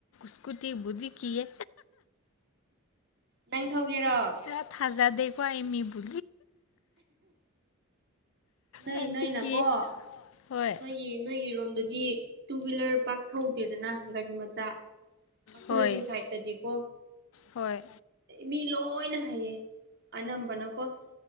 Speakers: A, on the left (about 65°); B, on the right (about 50°).
A: ꯁ꯭ꯀꯨꯇꯤꯕꯨꯗꯤ ꯀꯤꯌꯦ
B: ꯅꯪ ꯊꯧꯒꯦꯔꯣ
A: ꯍ ꯊꯖꯗꯦꯀꯏꯃꯤꯕ
B: ꯅꯣꯏ
A: ꯑꯩꯗꯤ
B: ꯅꯣꯏꯅꯀꯣ
A: ꯀꯤꯌꯦ ꯍꯣꯏ
B: ꯅꯣꯏ ꯏ ꯅꯣꯏꯒꯤꯔꯣꯝꯗꯗꯤ ꯇꯨ ꯋꯤꯂꯔ ꯄꯥꯛ ꯊꯧꯗꯦꯗꯅ ꯒꯥꯔꯤ ꯃꯆꯥ ꯑꯩꯈꯣꯏꯒꯤ
A: ꯍꯣꯏ
B: ꯁꯥꯏꯠꯇꯗꯤꯀꯣ
A: ꯍꯣꯏ
B: ꯃꯤ ꯂꯣꯏꯅ ꯍꯩꯌꯦ ꯑꯅꯝꯕꯅꯣ ꯀꯣ